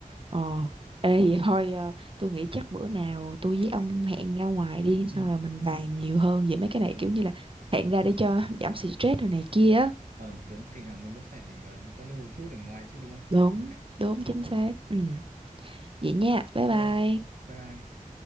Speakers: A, on the right; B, on the right.
A: Ờ, ê vậy thôi ờ, tôi nghĩ chắc bữa nào tôi với ông hẹn ra ngoài đi
B: Ừ,
A: xong rồi mình bàn nhiều hơn về mấy cái
B: đúng
A: này
B: rồi.
A: kiểu như là hẹn ra để cho giảm stress rồi này kia. á.
B: Ờ, đúng, thỉnh thoảng mình cũng phải ờ, giao lưu một chút ở ngoài chứ đúng không?
A: Đúng,
B: Ok,
A: đúng chính xác. Ừ. Vậy nha.
B: thế
A: Bye bye.
B: thôi. Bye bye.